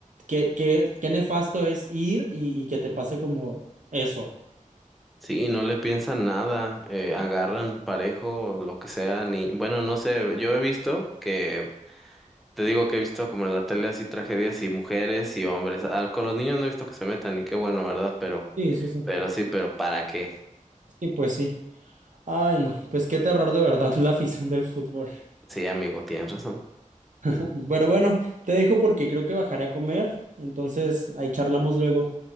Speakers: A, on the right; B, in the centre.
A: qué, qué, qué nefasto es ir y, y que te pase como eso.
B: sí, no le piensan nada, eh, agarran parejo, lo que sea, ni, bueno, no sé, yo he visto que Te digo que he visto como en la tele así tragedias y mujeres y hombres. Ah, con los niños no he visto que se metan y qué bueno, ¿verdad? Pero,
A: Sí, sí, sí.
B: pero sí, pero ¿para qué?
A: Sí, pues sí. Ay, no, pues qué terror de verdad <laughs> la afición del fútbol.
B: Sí, amigo, tienes razón.
A: <laughs> Pero bueno, te dejo porque creo que bajaré a comer, entonces ahí charlamos luego.